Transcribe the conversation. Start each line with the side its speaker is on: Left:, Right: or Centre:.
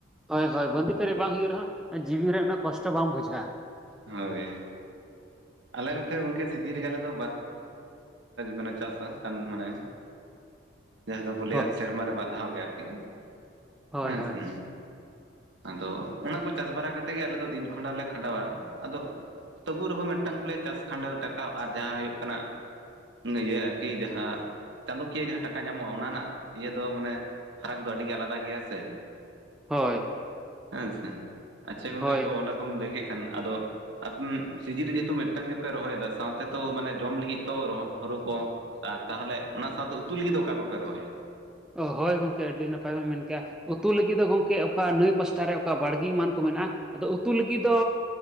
Centre: ᱦᱳᱭ ᱦᱳᱭ ᱵᱟᱸᱫᱤ ᱯᱮᱨᱮᱜ ᱵᱟᱝ ᱦᱩᱭᱩᱜ ᱨᱮᱦᱚᱸ ᱡᱤᱣᱤ ᱨᱮ ᱩᱱᱟᱹ ᱠᱚᱥᱴᱚ ᱵᱟᱝ ᱵᱩᱡᱷᱟᱹᱜᱼᱟ᱾
Right: ᱦᱳᱭ ᱟᱞᱮ ᱢᱚᱛᱮ ᱦᱚᱸ ᱜᱚᱝᱠᱮ ᱥᱤᱡᱤᱱ ᱨᱮᱜᱮ ᱟᱞᱮ ᱫᱚ ᱢᱟᱱᱮ ᱪᱟᱥᱟ ᱪᱟᱸᱫ ᱢᱟᱱᱮ
Centre: <unintelligible>
Right: ᱡᱟᱦᱟᱸ ᱫᱚᱠᱚ ᱞᱟᱹᱭᱟᱜ
Centre: ᱦᱳᱭ
Right: ᱥᱮᱨᱢᱟᱨᱮ ᱵᱟᱨ ᱫᱷᱟᱣ ᱜᱮ ᱟᱨᱠᱤ
Centre: ᱦᱳᱭ
Right: ᱦᱮᱸ
Centre: ᱦᱳᱭ
Right: ᱥᱮ ᱟᱫᱚ ᱚᱱᱟᱠᱚ ᱪᱟᱥ ᱵᱟᱨᱟ ᱠᱟᱛᱮᱜᱮ ᱟᱞᱮ ᱫᱚ ᱫᱤᱱ ᱠᱷᱚᱸᱰ ᱦᱚᱸᱞᱮ ᱠᱷᱟᱸᱰᱟᱣᱟ᱾ ᱟᱫᱚ ᱛᱚᱵᱩ ᱨᱮᱦᱚᱸ ᱢᱤᱴᱟᱝᱠᱩ ᱞᱟᱹᱭᱟ ᱪᱟᱥ ᱠᱷᱟᱸᱰᱟᱣ ᱴᱟᱠᱟᱣ ᱟᱨ ᱡᱟᱦᱟᱸ ᱦᱩᱭᱩᱜ ᱠᱟᱱᱟ ᱤᱭᱟᱹ ᱟᱨᱠᱤ ᱡᱟᱦᱟᱸ ᱪᱟᱸᱫᱳᱠᱤᱭᱟᱹ ᱡᱟᱦᱟᱸ ᱴᱟᱠᱟ ᱧᱟᱢᱚᱜᱼᱟ ᱚᱱᱟ ᱨᱮᱱᱟᱜ ᱤᱭᱟᱹ ᱫᱚ ᱢᱟᱱᱮ ᱯᱷᱟᱨᱟᱠ ᱫᱚ ᱟᱹᱰᱤ ᱜᱮ ᱟᱞᱟᱫᱟ ᱜᱮᱭᱟ ᱥᱮ
Centre: ᱦᱳᱭ
Right: ᱦᱮᱸ ᱥᱮ ᱟᱪᱪᱷᱟ ᱜᱚᱝᱠᱮ
Centre: ᱦᱳᱭ
Right: ᱟᱫᱚ ᱚᱱᱟ ᱠᱚᱢ ᱞᱟᱹᱭ ᱠᱮᱫ ᱠᱷᱟᱱ ᱟᱫᱚ ᱟᱯ ᱥᱤᱡᱤᱱ ᱨᱮ ᱛᱩ ᱢᱤᱫᱴᱟᱝ ᱜᱮᱯᱮ ᱨᱚᱦᱚᱭᱮᱫᱟ ᱥᱟᱶᱛᱮ ᱛᱚ ᱢᱟᱱᱮ ᱡᱚᱢ ᱞᱟᱹᱜᱤᱫ ᱛᱚ ᱦᱩ ᱠᱚ᱾ ᱟᱨ ᱛᱟᱦᱚᱞᱮ ᱚᱱᱟ ᱥᱟᱶᱛᱮ ᱩᱛᱩ ᱞᱟᱹᱜᱤᱫ ᱫᱚ ᱚᱠᱟ ᱠᱚᱯᱮ ᱨᱚᱦᱚᱭᱟ?
Centre: ᱚ ᱦᱳᱭ ᱜᱚᱢᱠᱮ ᱟᱹᱰᱤ ᱱᱟᱯᱟᱭ ᱵᱮᱱ ᱢᱮᱱᱠᱮᱜᱼᱟ᱾ ᱩᱛᱩ ᱞᱟᱹᱜᱤᱫ ᱫᱚ ᱜᱚᱢᱠᱮ ᱚᱠᱟ ᱱᱟᱹᱭ ᱯᱟᱥᱴᱟ ᱨᱮ ᱚᱠᱟ ᱵᱟᱲᱜᱮ ᱮᱢᱟᱱ ᱠᱚ ᱢᱮᱱᱟᱜᱼᱟ᱾ ᱟᱫᱚ ᱩᱛᱩ ᱞᱟᱹᱜᱤᱫ ᱫᱚ